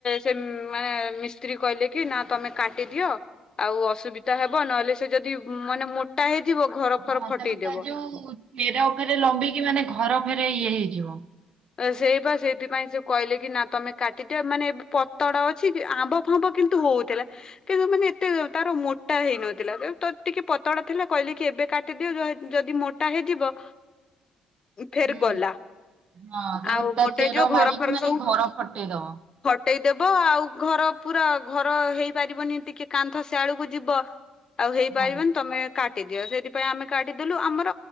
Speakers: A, on the left; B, on the right.
A: ସେ ମା ମିସ୍ତ୍ରୀ କହିଲେ, କି ନା ତମେ କାଟିଦିଅ। ଆଉ ଅସୁବିଧା ହେବ। ନହେଲେ ସେ ଯଦି ମାନେ ମୋଟା ହେଇଯିବ। ଘର ଫର
B: ହଁ
A: ଫଟେଇଦବ।
B: ତାପରେ ତା ଯଉ ଚେର ଉପରେ ଲମ୍ବିକି, ମାନେ ଘର ଫେରେ ଇଏ ହେଇଯିବ।
A: ସେଇପା ସେଇଥିପାଇଁ ସେ କହିଲେ କି ନା ତମେ କାଟିଦିଅ। ମାନେ ଏବେ ପତଡ ଅଛି କି ଆମ୍ବ ଫାମ୍ବ କିନ୍ତୁ ହଉଥିଲା, କିନ୍ତୁ ମାନେ ଏତେ ତାର ମୋଟା ହେଇନଥିଲା। ଟିକେ ପତଡା ଥିଲା କହିଲେ କି ଏବେ କାଟିଦିଅ, ଯଦି ମୋଟା ହେଇଯିବ ଫେର୍
B: ହୁଁ
A: ଗଲା।
B: ହଁ ତାପରେ
A: ଆଉ
B: ତା
A: ମୋଟେଇ
B: ଚେର
A: ଯିବ,
B: ମାଡିକି
A: ଘର ଫର
B: ମାନେ
A: ସବୁ
B: ଘର ଫଟେଇଦବ।
A: ଫଟେଇ ଦେବ। ଆଉ ଘର ପୁରା ଘର ହେଇପାରିବନି। ଟିକେ କାନ୍ଥ ସିଆଡ କୁ ଯିବ। ଆଉ ହେଇପାରିବନି।
B: ହଁ
A: ତମେ କା ଏତେ ଦିଅ ସେଇଥି ପାଇଁ ଆମେ କାଟିଦେଲୁ, ଆମର